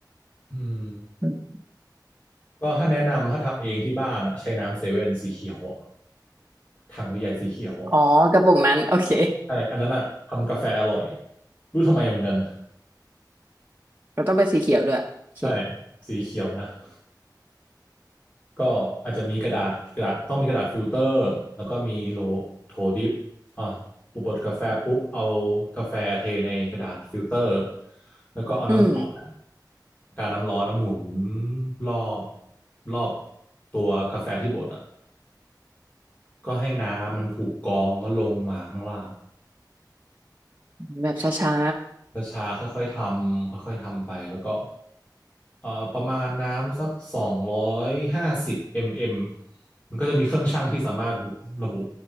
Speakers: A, on the left; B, on the right.
A: อืม
B: อืม
A: ก็ถ้าแนะนำถ้าทำเองที่บ้านอ่ะใช้น้ำเซเว่นสีเขียวอะถังใหญ่ๆสีเขียวอะ
B: อ๋อกระปุกนั้นโอเค
A: ใช่อันนั้นอ่ะทำกาแฟอร่อยรู้ทำไมเหมือนกัน
B: เราต้องเป็นสีเขียวด้วยโอเค
A: ใช่สีเขียวนะ <laughs> ก็อาจจะมีกระดาษกระดาษต้องมีกระดาษฟิลเตอร์แล้วก็มีโลโถดิปอ่ะปุบบดกาแฟปุ๊บเอากาแฟเทในกระดาษฟิลเตอร์แล้วก็เอาน้ำร้อนอะ
B: อืม
A: การน้ำร้อนน้ำหมุนรอบรอบตัวกาแฟที่บดอ่ะก็ให้น้ำมันถูกกรองก็ลงมาข้างล่าง
B: แบบช้า
A: ช้าๆค่อยๆทำค่อยๆทำไปแล้วก็เอ่อประมาณน้ำสักสองร้อยห้าสิบมมมันก็จะมีเครื่องชั่งที่สามารถระบุ